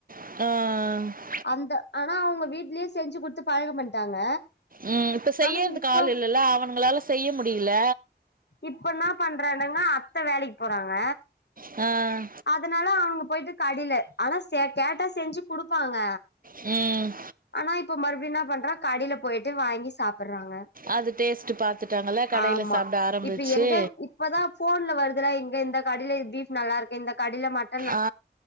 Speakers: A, on the right; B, on the left.
A: ஆ
B: அந்த ஆனா அவங்க வீட்லயே செஞ்சு குட்த்து பழக்கம் பண்ட்டாங்க.
A: ம் இப்ப செய்யற்துக்கு
B: ஆனா இப்போ
A: ஆள் இல்லல்ல அவனுங்களால செய்ய முடில்ல
B: இப்ப ன்னா பண்றானுங்க அத்த வேலைக் போறாங்க
A: ஆ
B: அதனால அவங்க போயிட்டு கடையில ஆனா செ கேட்டா செஞ்சு குடுப்பாங்க
A: ம்
B: ஆனா இப்ப மறுபடியு ன்னா பண்றா கடைல போயிட்டு வாங்கி சாப்பறாங்க...
A: அது டேஸ்ட் பாத்துட்டாங்கல்ல கடையில
B: ஆமா
A: சாப்ட ஆரம்பிச்சு
B: இப்ப எங்க இப் இப்பதா ஃபோன்ல வருதுல்ல இங்க இந்த கடைல பீஃப் நல்லாருக்கு இந்த கடைல மட்
A: ஆ